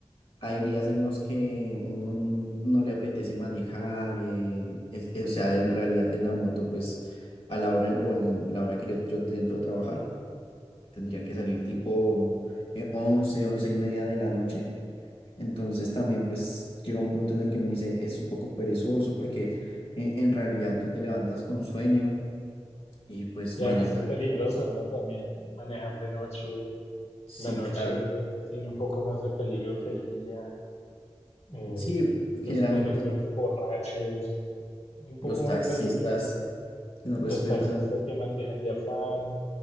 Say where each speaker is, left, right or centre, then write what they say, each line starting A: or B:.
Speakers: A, on the left; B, on the left.
A: Hay días en los que uno n- no le apetece manejar, eh, es- eh, o sea, en realidad en la moto, pues a la hora o en la hora que yo, yo te entro a trabajar, tendría que salir tipo eh, 11, 11 y media de la noche. Entonces también pues llega un punto en el que uno dice, es un poco perezoso porque eh, en realidad tú te levantas con sueño y pues
B: Y
A: manejar.
B: además es peligroso, ¿no? También manejar de noche
A: Sí,
B: La noche
A: claro.
B: tiene un poco más de peligro que el día. eh,
A: Sí,
B: los
A: generalmente
B: conductores borrachos, es un poco
A: los
B: más
A: taxistas
B: peligroso.
A: que no respetan,
B: Los taxistas que mantienen de afán,